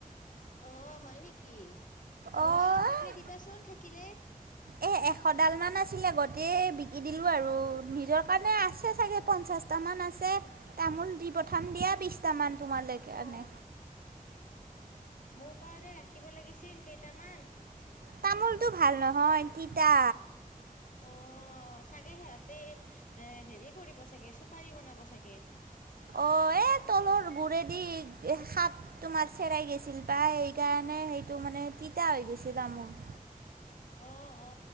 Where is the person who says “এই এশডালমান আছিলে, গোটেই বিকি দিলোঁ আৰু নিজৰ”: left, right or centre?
Right